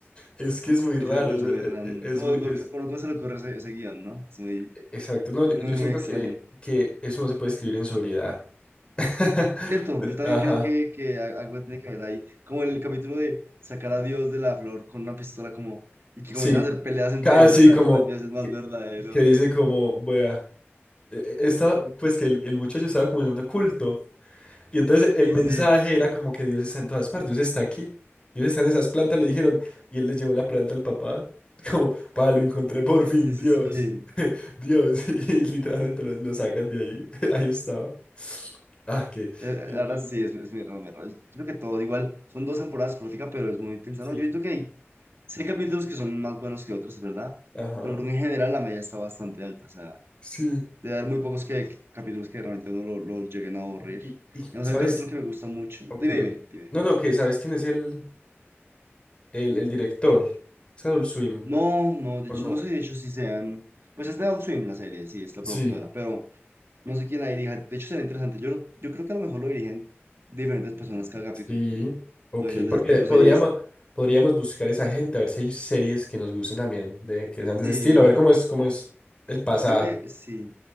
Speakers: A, on the left (about 25°); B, on the right (about 60°).
A: Es que
B: <laughs>
A: es muy
B: Eso
A: raro.
B: me parece
A: Es,
B: muy random.
A: es- es
B: ¿Cómo,
A: muy-
B: por
A: es-
B: qué- cómo- cómo se le ocurre ese, ese guión, no? Es muy,
A: e, exacto. No, yo,
B: muy,
A: yo
B: muy
A: siento
B: extraño.
A: que, que eso no se puede escribir en sobriedad. <laughs>
B: Cierto, yo también
A: Ajá.
B: creo que, que a- algo tiene que ver ahí. Como el capítulo de sacar a Dios de la flor con una pistola como... Y que
A: Sí,
B: comienzan a hacer peleas entre
A: casi
B: dioses a
A: como
B: ver cuál dios es más
A: que,
B: verdadero.
A: que dice como, vea, e- e- esta, pues que el, el muchacho estaba como en un culto. Y entonces el, el
B: Sí,
A: mensaje
B: sí,
A: era como que Dios está en todas partes, Dios está aquí. Dios está en esas plantas, le dijeron, y él les llevó la planta al papá. <laughs> Como, pa, lo encontré por fin,
B: Sí, sí,
A: Dios.
B: sí. Eh,
A: <laughs> Dios. <laughs> Y literalmente lo, lo sacan de ahí. <laughs> Ahí estaba. Ah, qué,
B: La
A: qué increíble
B: verdad sí,
A: esa
B: es,
A: serie.
B: es muy raro, muy raro. Yo Creo que todo igual. Son dos temporadas corticas, pero es muy intensa.
A: Sí.
B: No, yo creo que hay, sí hay capítulos que son más buenos que otros, es verdad.
A: Ajá.
B: Pero creo que en general la media está bastante alta. O sea,
A: Sí.
B: debe haber muy pocos que, capítulos que realmente uno lo, lo lleguen a aburrir.
A: Y, y,
B: Digamos,
A: ¿sabes?
B: hay un capítulo que me gusta mucho.
A: Ok,
B: Dime, dime,
A: ok.
B: dime.
A: No, no, que ¿sabes quién es el? El, el director. ¿Es Adult Swim?
B: No, no, de
A: ¿O
B: hecho,
A: no?
B: no sé, si de hecho, si sean. Pues es de Outstream la serie, sí, es la
A: Sí.
B: productora, pero no sé quién la dirija. De hecho, será interesante. Yo, yo creo que a lo mejor lo dirigen diferentes personas cada capítulo.
A: Sí. Ok,
B: Puede ser de
A: porque
B: ese tipo
A: podríamos,
B: de series
A: podríamos buscar esa gente, a ver si hay series que nos gusten también, de, que sean de ese
B: Sí,
A: estilo, a ver cómo es, cómo es el pasado.
B: yo que sí.